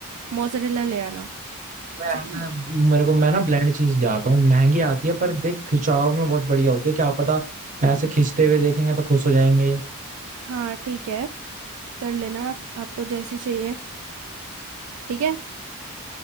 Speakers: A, on the right; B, on the right.
A: मोजरेला ले आना
B: मैं
A: ठीक
B: ऐसा
A: है
B: मेरे को मैं ना ब्लेंड चीज ले आता हूँ महंगी आती है पर देख खिंचाव में बहुत बढ़िया होती है क्या पता ऐसे खींचते हुए देखेंगे तो खुश हो जाएंगे
A: हाँ ठीक है कर लेना आप आपको जैसी चाहिए ठीक है